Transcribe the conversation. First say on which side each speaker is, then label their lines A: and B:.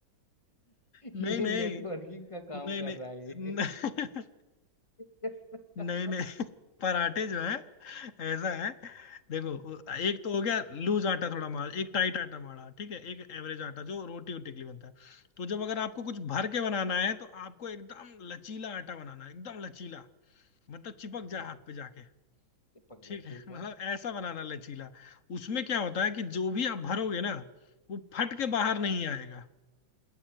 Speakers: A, on the left; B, on the left.
A: नहीं
B: ये
A: नहीं
B: नेटवर्किंग का काम
A: नहीं
B: कर
A: नहीं
B: रहा है ये
A: <laughs> नहीं
B: <laughs>
A: नहीं नहीं। पराठे जो है ऐसा है देखो एक तो हो गया लूज आटा थोड़ा मार एक टाइट आटा मारा ठीक है एक एवरेज आटा जो रोटी वोटी के लिए बनता है तो जब अगर आपको कुछ भर के बनाना है तो आपको एकदम लचीला आटा बनाना है एकदम लचीला मतलब चिपक
B: अच्छा
A: जाए हाथ पे जाके
B: चिपक
A: ठीक
B: गया
A: है
B: ठीक
A: <laughs>
B: है
A: मतलब ऐसा बनाना लचीला उसमें क्या होता है कि जो भी आप भरोगे ना वो फट के बाहर नहीं आएगा